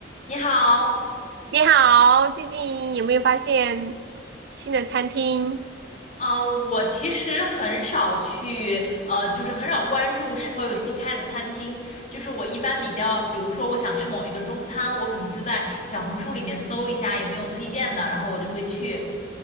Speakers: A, on the left; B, on the right.
A: 你好，
B: 你好，最近有没有发现新的餐厅？
A: 啊，我其实很少去，呃，就是很少关注是否有新开的餐厅。就是我一般比较，比如说我想吃某一个中餐，我可能就在小红书里面搜一下有没有推荐的，然后我就会去。